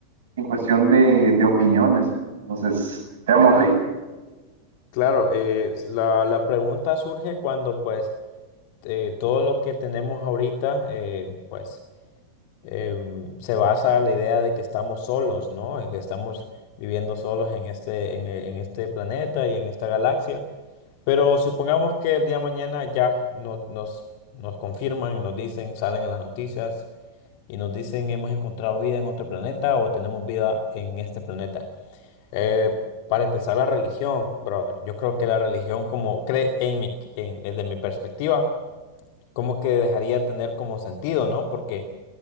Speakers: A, on the right (about 60°); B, on the left (about 45°).
A: en cuestión de, de opiniones. Entonces, démosle.
B: Claro, eh, la, la pregunta surge cuando pues eh, todo lo que tenemos ahorita eh, pues em, se basa en la idea de que estamos solos, ¿no? De Que estamos viviendo solos en este, en en este planeta y en esta galaxia. Pero supongamos que el día de mañana ya no- nos, nos confirman y nos dicen, salen en las noticias y nos dicen hemos encontrado vida en otro planeta o tenemos vida en este planeta. Eh, para empezar, la religión, brother. Yo creo que la religión, como cree en mi, en- desde mi perspectiva, como que dejaría de tener como sentido, ¿no? Porque